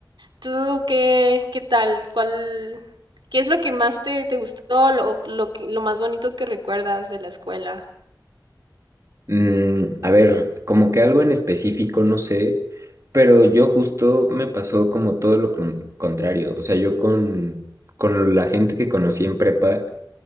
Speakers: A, on the right (about 80°); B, on the right (about 45°).
A: ¿Tú qué, qué tal? ¿Cuál, qué es lo que más te, te gustó, lo, lo que, lo más bonito que recuerdas de la escuela?
B: Mm, a ver, como que algo en específico, no sé, pero yo justo me pasó como todo lo con- contrario. O sea, yo con, con la gente que conocí en prepa,